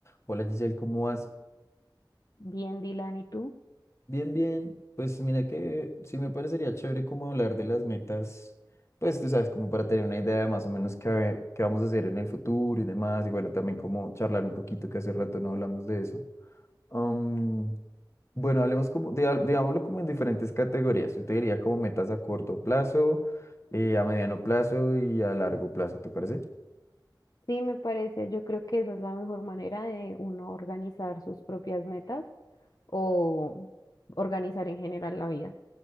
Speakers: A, on the left; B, on the left.
A: Hola Giselle, ¿cómo vas?
B: Bien, Dylan, ¿y tú?
A: Bien, bien. Pues mira que sí me parecería chévere como hablar de las metas, pues tú sabes, como para tener una idea de más o menos qué, qué vamos a hacer en el futuro y demás, y bueno, también como charlar un poquito, que hace rato no hablamos de eso. Am, bueno, hablemos como, diga- digámoslo como en diferentes categorías. Yo te diría como metas a corto plazo, eh, a mediano plazo y a largo plazo, ¿te parece?
B: Sí, me parece. Yo creo que esa es la mejor manera de uno organizar sus propias metas o organizar en general la vida.